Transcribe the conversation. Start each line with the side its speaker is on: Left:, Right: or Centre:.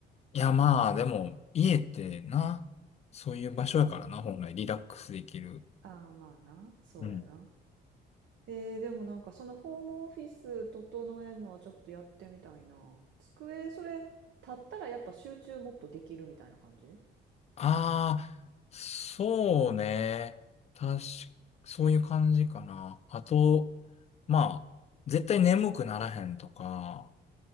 Left: いや、まあ、でも、家ってな、そういう場所やからな、
Right: そう。
Left: 本来、リラックスできる。
Right: ああ、まあな。そうやな。
Left: うん。
Right: えー、でもなんかそのホームオフィス整えんのはちょっとやってみたいな。机、それ、立ったらやっぱ集中もっとできるみたいな感じ
Left: ああ、そうね。確か、そういう感じかな。あと、まあ、絶対眠くならへんとか、